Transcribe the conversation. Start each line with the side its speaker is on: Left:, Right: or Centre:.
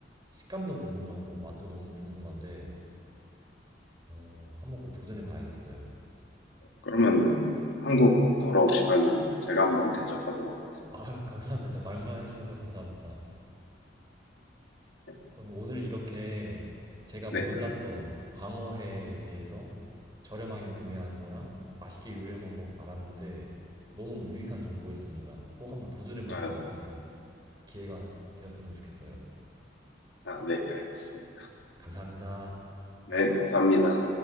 Right: 식감도 궁금하고 맛도 너무 궁금한데 어, 한번 꼭 도전해 봐야겠어요.
Left: 그러면 한국 돌아오시면은 제가 한번 대접하도록 하겠습니다.
Right: 아, 감사합니다. 말만 해주셔도 감사합니다.
Left: 네.
Right: 그럼 오늘 이렇게 제가
Left: 네.
Right: 몰랐던 광어회에 대해서 저렴하게 구매하는 거랑 맛있게 요리하는 방법 알았는데 너무 유익한 정보였습니다. 꼭 한번 도전해 볼
Left: 아,
Right: 수 있는 기회가 되었으면 좋겠어요.
Left: 아, 네, 알겠습니다.
Right: 감사합니다.
Left: 네, 감사합니다.